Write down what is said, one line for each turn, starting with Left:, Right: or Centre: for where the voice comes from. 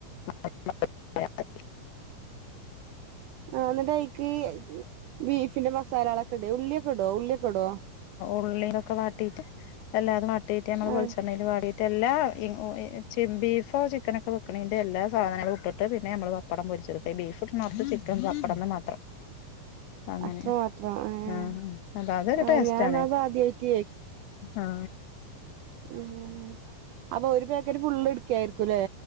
Left: <unintelligible>
Right: ആ എന്നിട്ടൈക്ക് ബീഫിന്റെ മസാലകളൊക്കെ ഇട് ഉള്ളിയൊക്കെ ഇടോ ഉള്ളിയൊക്കെ ഇടോ
Left: ഉള്ളീലൊക്കെ വാട്ടീട്ട് അല്ലാതെ വാട്ടിയിട്ട് അമ്മള്
Right: ആഹ്
Left: വെളിച്ചെണ്ണയിൽ വാടി റ്റെല്ലാ ഇഉഇ ചംബീഫോ ചിക്കനൊക്കെ വെക്കണേന്റെ എല്ലാ സാധനങ്ങളും ഇട്ടിട്ട് പിന്നെ അമ്മള് വ പ്പടം പൊരിച്ചെടുത്തെ ബീഫിടണോർത്ത് ചിക്കൻ ചപ്പടംന്ന് മാത്രം അങ്ങനെ
Right: അത്ര മാത്രം ഏഹ്
Left: ആഹ് അല്ല അതൊരു
Right: ആഹ്
Left: ടേസ്റ്റാണെ
Right: ഞാൻന്നാ അത് ആദ്യായിട്ട്
Left: ആ
Right: മ്മം. അപ്പൊ ഒരു പേക്കറ്റ് ഫുള്ള് ഇട് ക്കായിരിക്കുംലെ.